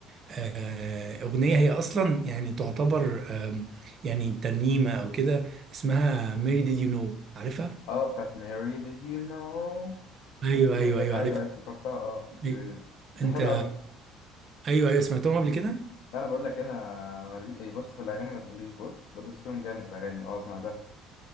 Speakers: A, on the right; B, on the left.
A: آه، اغنيه هي اصلا يعني تعتبر آم، يعني ترنيمه او كده اسمها ميري ديد يو نو عارفها
B: اه بتاعت ماري did you know
A: ايوه
B: that you
A: ايوه
B: be-
A: ايوه
B: ايوه
A: عارفها
B: افتكرتها اه دي-
A: إيه، انت
B: ده حلو قوي
A: ايوه ايوه سمعتهم قبل كده
B: انا بقول لك انا ملي- بص في الاغاني ما تقوليش بص بدوس فيهم جامد الاغاني اه اسمع ده